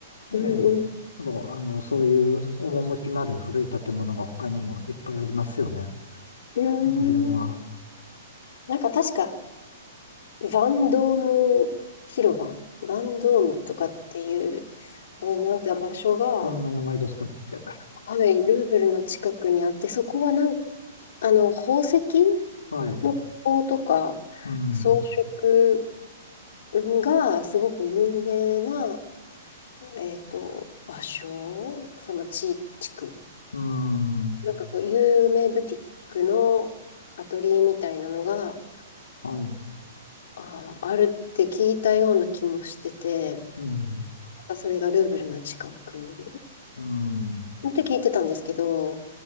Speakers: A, on the left; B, on the left.
A: え
B: うんうん。
A: え、もう、あの、そういう趣のある古い建物が他にもいっぱいありますよね。
B: うーん。
A: あの辺は。
B: なんか確か、バンドーム広場バンドームとかっていう、あなんか場所が、
A: そんな名前でしたっけ。
B: はい、ルーブルの近くにあって、そこはなん、あの、宝石
A: はい。
B: の加工とか装飾
A: うん、
B: がすごく有名な、えっと、場所、その地、地区。
A: うん、は
B: なんかこう、有名ブティックのアトリエみたいなのが、
A: い、
B: あー、あるって聞いたような気もしてて、
A: うん、
B: なんかそれがルーブルの近く
A: うん、
B: って聞いてたんですけど、